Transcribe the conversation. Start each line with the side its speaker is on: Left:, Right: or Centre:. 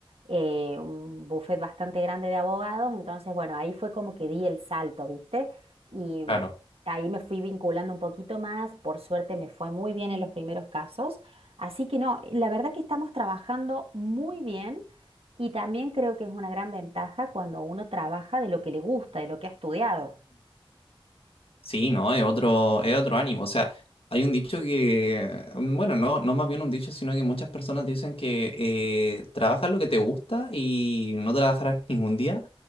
Right: eh, un buffet bastante grande de abogados, entonces bueno, ahí fue como que di el salto, ¿viste? Y mm,
Left: claro.
Right: ahí me fui vinculando un poquito más, por suerte me fue muy bien en los primeros casos, así que no, la verdad que estamos trabajando muy bien y también creo que es una gran ventaja cuando uno trabaja de lo que le gusta, de lo que ha estudiado.
Left: Sí, no, es otro, es otro ánimo. O sea, hay un dicho que, mm, bueno, no, no más bien un dicho, sino que muchas personas dicen que eh, trabajas lo que te gusta y no trabajarás ningún día.